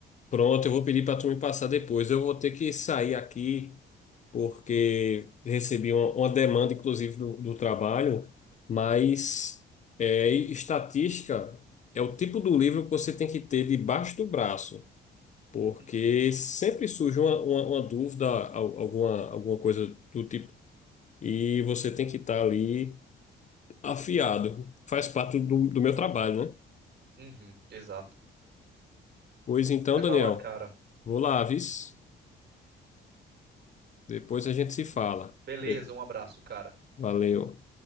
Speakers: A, on the left (about 40°); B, on the right (about 60°).
A: Pronto, eu vou pedir para tu me passar depois. Eu vou ter que sair aqui. porque recebi uma, uma demanda, inclusive, do, do trabalho, mas é, e estatística é o tipo do livro que você tem que ter debaixo do braço, porque
B: Uhum,
A: sempre surge uma, uma, uma dúvida, al- alguma, alguma coisa do tipo, e você tem que estar ali afiado. Faz parte do, do meu trabalho, né?
B: uhum, exato.
A: Pois então,
B: Mas
A: Daniel,
B: vai lá, cara.
A: vou lá, vis. Depois a gente se fala.
B: Beleza,
A: Beleza.
B: um abraço, cara.
A: Valeu.